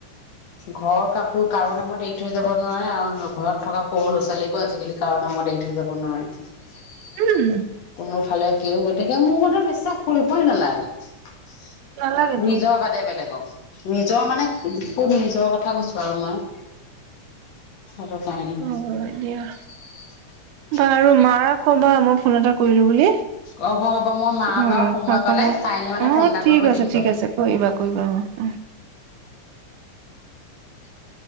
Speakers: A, on the left; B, on the right.
A: ঘৰ কাপোৰ কাৰো নামত এৰি থৈ যাব নোৱাৰে আৰু ঘৰত থকা সৰু ল'ৰা ছোৱালীকো আজিকালি কাৰো নামত এৰি থৈ যাব নোৱাৰে।
B: উম
A: কোনোফালে কেও, গতিকে মোৰ মতে বিশ্বাস কৰিবই নালাগে।
B: নালাগেতো
A: নিজৰ বাদে বেলেগক নিজৰ মানে নিজৰ কথা কৈছো আৰু মই আৰু পণ <unintelligible>
B: অ দিয়া বাৰু মাৰ ক'বা মই ফোন এটা কৰিলো বুলি
A: হব হব মই মা
B: অ
A: বাৰু সময়
B: খা খবৰ
A: পালে কাইলে মানে
B: অ
A: ফোন এটা
B: ঠিক
A: কৰিব
B: আছে
A: দিম
B: ঠিক
A: বাৰু
B: আছে কৰিবা কৰিবা অ
A: <inaudible>